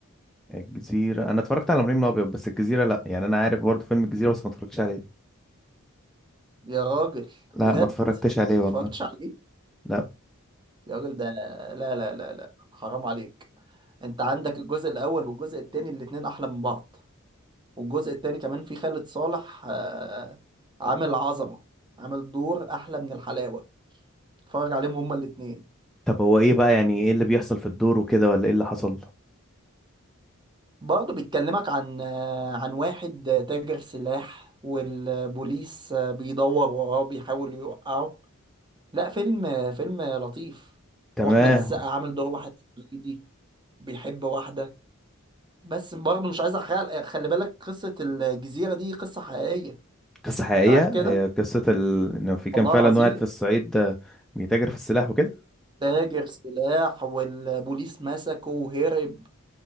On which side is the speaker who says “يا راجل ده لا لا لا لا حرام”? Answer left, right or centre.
Right